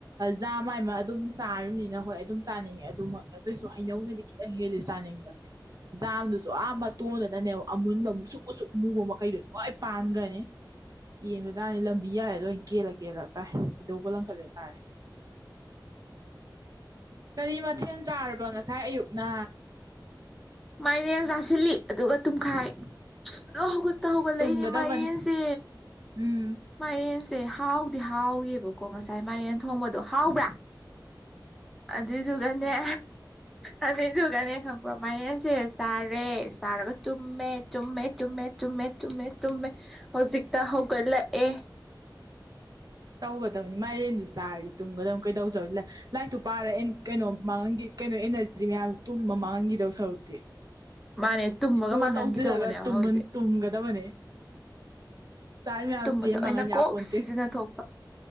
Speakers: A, on the right (about 50°); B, in the centre.
A: ꯖꯥ ꯃꯥꯏꯃ ꯑꯗꯨꯝ ꯆꯥꯔꯤꯕꯅꯤꯅ ꯍꯣꯏ ꯑꯗꯨꯝ ꯆꯥꯅꯤꯡꯉꯦ ꯑꯗꯨꯃꯛꯅ ꯑꯗꯨꯏꯁꯨ ꯍꯩꯅꯧꯗ ꯦꯗꯤ ꯆꯥꯅꯤꯡꯕꯁꯦ ꯖꯥꯝꯗꯨꯁꯨ ꯌꯥꯝ ꯃꯇꯣꯟꯗꯅꯅꯦꯕ ꯑꯃꯨꯟꯕ ꯃꯨꯁꯨꯛ ꯃꯨꯁꯨꯛ ꯃꯨꯕ ꯃꯈꯩꯗꯣ ꯂꯣꯏ ꯄꯥꯟꯒꯅꯤ <unintelligible> ꯄꯦꯟꯕꯖꯥꯅꯤ ꯂꯝꯕꯤ ꯌꯥꯔꯦ ꯂꯣꯏ ꯀꯦꯜꯂ ꯀꯦꯜꯂ ꯇꯥꯏ ꯏꯩꯗꯧꯕ ꯂꯪꯈꯠꯂꯦ ꯇꯥꯔꯦ ꯀꯔꯤ ꯃꯊꯦꯜ ꯆꯥꯔꯕ ꯉꯁꯥꯏ ꯑꯌꯨꯛꯅ
B: ꯃꯥꯏꯅꯦꯦꯟ ꯆꯥꯁꯤꯜꯂꯤ ꯑꯗꯨꯒ ꯇꯨꯝꯈꯥꯏ ꯍꯧꯒꯠꯂꯛꯏꯅꯦ
A: ꯇꯨꯝꯒꯗꯕꯅꯤ
B: ꯃꯥꯏꯔꯦꯟꯁꯦ
A: ꯎꯝ
B: ꯃꯥꯏꯔꯦꯟꯁꯦ ꯍꯥꯎꯗꯤ ꯍꯥꯎꯋꯦꯕꯀꯣ ꯉꯁꯥꯏ ꯃꯔꯦꯟ ꯊꯣꯡꯕꯗꯣ ꯍꯥꯎꯕ꯭ꯔꯥ ꯑꯗꯁꯨꯨꯒꯅꯦꯦ ꯑ ꯑꯗꯨꯒꯅꯦ ꯈꯪꯕ꯭ꯔꯣ ꯃꯅꯦꯁꯦ ꯆꯥꯔꯦ ꯆꯥꯔꯒ ꯇꯨꯝꯃꯦ ꯇꯨꯝꯃꯦ ꯇꯨꯝꯃꯦ ꯇꯨꯝꯃꯦꯨꯝꯃꯦ ꯇꯨꯝꯃꯦ ꯍꯧꯖꯤꯛꯛꯇ ꯍꯒꯂ ꯑꯦ
A: ꯇꯧꯒꯗꯦ ꯃꯥꯏꯔꯦꯟꯗꯨ ꯆꯥꯔꯗꯤ ꯇꯨꯡꯒꯗ ꯀꯩꯗꯧ ꯂꯥꯏꯔꯤꯛꯇꯨ ꯄꯥꯔ ꯀꯩꯅꯣ ꯃꯥꯡꯟꯒꯤ ꯀꯩꯅꯣ ꯑꯦꯅꯔꯖꯤ ꯀ ꯇꯨꯝꯕ ꯃꯥꯡꯈꯤꯗꯧ ꯁꯔꯨꯛꯇꯦ
B: ꯃꯥꯅꯦ ꯇꯨꯝꯃꯒ
A: ꯏꯁꯇꯣꯔ
B: ꯃꯥꯡꯍꯟꯈꯤꯗꯧꯕꯅꯦꯕ
A: ꯇꯧꯁꯤꯜꯂꯒ
B: ꯍꯧꯖꯤꯛ
A: ꯇꯨꯝꯒꯗꯕꯅꯦ ꯆꯥꯔꯤ ꯃꯌꯥꯝ
B: ꯇꯨꯝꯕꯗ
A: ꯂꯦꯝ ꯃꯥꯡꯍꯟ
B: ꯑ ꯑꯣꯏꯅ
A: ꯌꯥꯄꯣꯟꯇꯦ
B: ꯀꯣꯛꯁ ꯁꯤꯖꯤꯟꯅꯊ ꯊꯣꯛꯄ